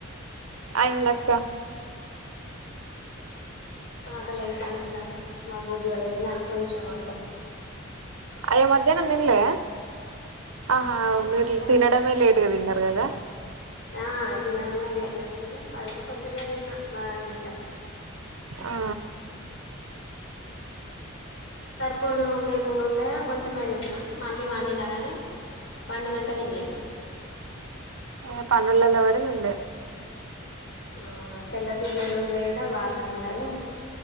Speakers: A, on the right; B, on the left.
A: అయింది అక్క
B: ఆకలయితాందిరా మా పొద్దుగాల తిన్న కొంచం అంతా
A: అయ్యో మధ్యాహ్నం తిన్లే ఆహా
B: మధ్యాహ్నం
A: మీరు తినడమే లేట్గా తిన్న గద
B: ఆ తినడమే లేట్గా తిన్నా అది కూడా కొంచమే తిన్నా బాగా తినలే
A: ఆ
B: పోను లేకుండా ఉండ కొంచమే తిన్న మళ్ళీ వండినా గాని పండినంక తినలే ఇగ
A: ఆ పనులలో పడి తిన్లే
B: ఆ చెల్లపిల్లలు ఉండే ఇడా వాళ్ళు తిన్నరు